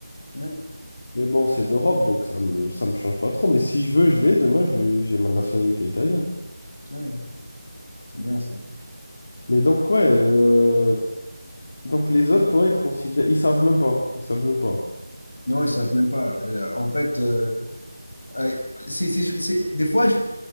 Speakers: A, on the left (about 75°); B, on the left (about 45°).
A: Ouais,
B: Mais bon, c'est l'Europe, donc ça me, ça me change pas trop. Mais si je veux, je vais. Demain, je- j'ai ma nationalité italienne.
A: ouais, c'est bien ça.
B: Mais donc, ouais. euh, Donc, les autres, toi, ils te considèrent. Ils savent même pas. Ils savent même pas.
A: Non, ils ne savent même pas. Euh, en fait, euh, euh, c'est, c'est- c'est- des fois, je-